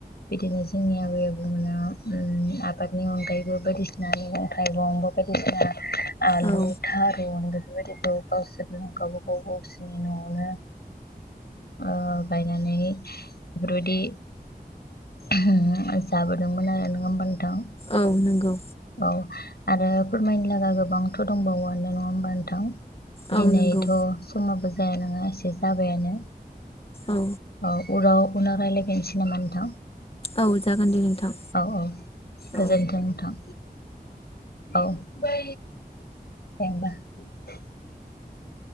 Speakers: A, on the left; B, on the left.
A: बिदिनो जोंनि आबै आबौमोनहा ओम आबादनि अनगायैबो बायदिसिना मैगं थाइगं बेफोबादिना आलु
B: औ
A: था मोनगोन बेबादिखौ गावसोरनो गावबा गाव‌ गावसिनि न'आवनो ओ बायनानै बेफोरबायदि ओ होम जाबोदोंमोन आरो नोंङा ओमबा नोंथां?
B: औ नंगौ
A: औ आरो फोरमायनो लागा गोबांथ' दंबावोआनो नङा होमबा नोंथां
B: औ
A: दिनैथ'
B: नंगौ
A: समाबो जाया नङा एसे जाबायानो
B: औ
A: औ उराव उनाव रायलायबावनि सै नामा नोंथां
B: औ जागोन दे नोंथां
A: औ औ गोजोनथों
B: औ
A: नोंथां औ औ दे ओमबा उम